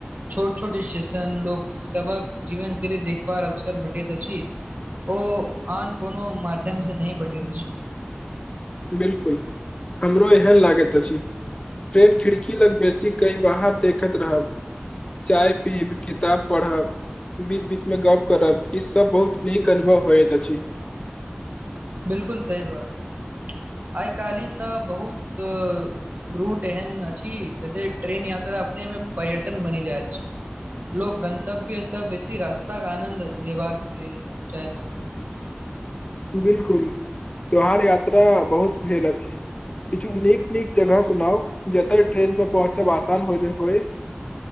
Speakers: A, on the right; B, on the left.
A: छोट छोट स्टेशन आ लोकसभक जीवनशैली देखबाक अवसर भेटैत अछि। ओ आन कोनो माध्यमसँ नहि भेटैत अछि।
B: बिलकुल हमरो एहन लागैत अछि ट्रेन खिड़की लग बेसी कई बाहर देखैत रहब चाय पीब किताब पढ़ब बीच बीच में गप करब ई सभ बहुत नीक अनुभव होयइत अछि
A: बिलकुल सही बात आइ काल्हि तऽ बहुत रूट एहन अछि जे ट्रेन यात्रा अपनेमे पर्यटन बनि जाइत अछि। लोक गन्तव्यसँ बेसी रास्ताक आनन्द लेबाक लेल चाहैत छथि।
B: बिलकुल त्योहार यात्रा बहुत भेल अछि किछु नीक नीक जगह सुझाउ, जतय ट्रेनसँ पहुँचब आसान होइ।